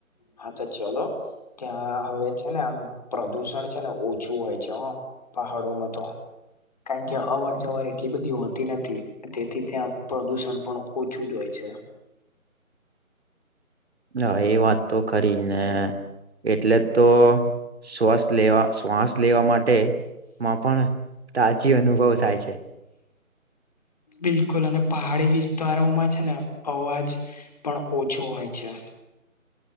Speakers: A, on the left; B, on the right.
A: હા, તો ચલો ત્યાં હવે છે ને આમ પ્રદુષણ છે ને ઓછું હોય છે હ પહાડોમાં તો. કારણ કે અવર જવર એટલી બધી હોતી નથી તેથી ત્યાં પ્રદુષણ પણ ઓછું જ હોય છે.
B: હા, એ વાત તો ખરી ને એટલે તો શ્વાસ લેવા શ્વાસ લેવા માટે માં પણ તાજી અનુભવ થાય
A: બિલકુલ અને પહાડી વિસ્તારોમાં છે ને અવાજ પણ ઓછો હોય છે.